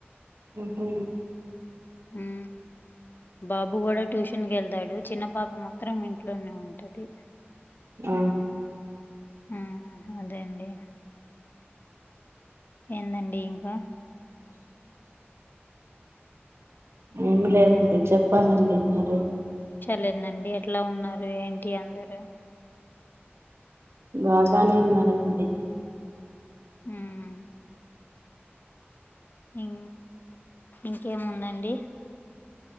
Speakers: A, on the right; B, on the left.
A: ఉ హు
B: ఉం బాబు కూడా ట్యూషన్ కి వెళ్తాడు చిన్న పాప మాత్రం ఇంట్లోనే ఉంటది.
A: ఆ
B: ఆ అదే అండి ఏందండి ఇంకా
A: ఏమి లేదండి చెప్పు చెప్పాలండి మీరే
B: లేదండి ఎట్లా ఉన్నారు ఏంటి అందరూ
A: బాగానే ఉన్నారండి
B: ఉం ఇం ఇంకేముందండి